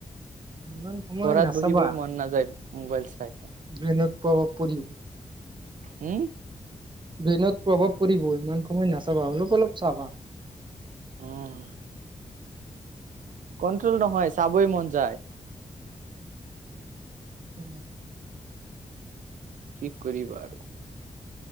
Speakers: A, on the right (about 40°); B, on the right (about 85°).
A: ইমান সময়
B: পঢ়াত
A: নাচাবা
B: বহিবই মন নাযায়। মোবাইল চাই।
A: ব্ৰেইনত প্ৰভাৱ পৰিব।
B: হম।
A: ব্ৰেইনত প্ৰভাৱ পৰিব ইমান সময় নাচাবা অলপ অলপ চাবা।
B: উম, কন্ট্ৰল নহয় চাবই মন যায়।
A: উম।
B: কি কৰিবা আৰু।